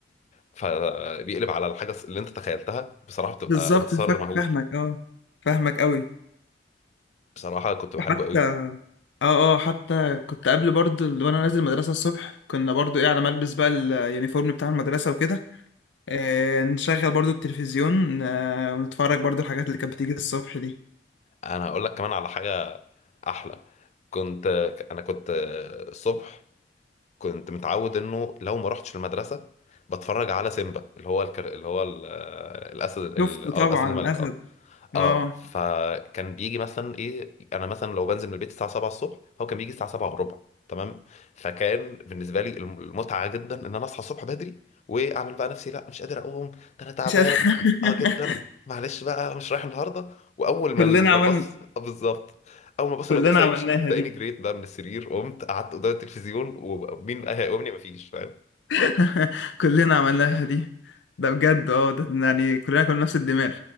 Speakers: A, on the left; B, on the left.
A: فبيقلب على الحاجة اللي انت تخيلتها بصراحة بتبقى
B: بالظبط
A: انتصار
B: فاك...
A: مهول
B: فاهمك اه فاهمك قوي
A: بصراحة كنت
B: ده
A: بحبه
B: حتى
A: قوي
B: اه اه حتى كنت قبل برضه وانا نازل المدرسه الصبح كنا برضه ايه على ما البس بقى اليونيفورم بتاع المدرسه وكده آه، نشغل برضو التلفزيون آه، ونتفرج برضو الحاجات اللي كانت بتيجي الصبح دي
A: انا هقول لك كمان على حاجة احلى كنت انا كنت الصبح كنت متعود انه لو ما رحتش المدرسة بتفرج على سيمبا اللي هو الكر... اللي هو ال... الاسد
B: شفته
A: ال... اه
B: طبعا
A: الاسد الملك
B: الأسد
A: اه
B: اه
A: اه فكان بيجي مثلا ايه انا مثلا لو بنزل من البيت الساعه 7 الصبح هو كان بيجي الساعه 7 وربع تمام فكان بالنسبه لي الم- المتعه جدا ان انا اصحى الصبح بدري واعمل بقى نفسي لا مش قادر اقوم ده انا تعبان
B: مش هت... <laughs>
A: اه جدا معلش بقى أنا مش رايح النهارده واول ما
B: كلنا
A: ال- ما
B: عمل
A: الباص آه بالظبط اول ما باص
B: كلنا
A: المدرسه
B: عملناها
A: يمشي تلاقيني
B: دي
A: جريت بقى من السرير قمت قعدت قدام التلفزيون ومين بقى هيقومني مفيش فاهم
B: <laughs> كلنا عملناها دي ده بجد اه ده يعني كلنا كنا نفس الدماغ